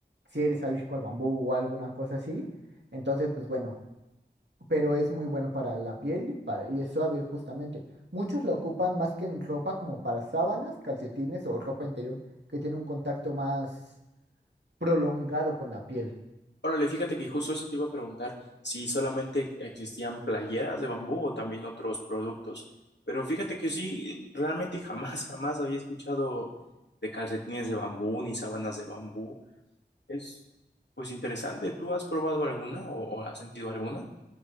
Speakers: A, on the right; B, on the left.
A: si eres alérgico al bambú o alguna cosa así, entonces, pues bueno, pero es muy bueno para la piel y, pa- y es suave, justamente. Muchos lo ocupan más que en ropa, como para sábanas, calcetines o ropa interior, que tiene un contacto más prolongado con la piel.
B: Órale, fíjate que justo eso te iba a preguntar, si solamente existían playeras de bambú o también otros productos. Pero fíjate que sí, realmente jamás, <laughs> jamás había escuchado de calcetines de bambú ni sábanas de bambú. Es pues interesante. ¿Tú has probado alguna o, o has sentido alguna?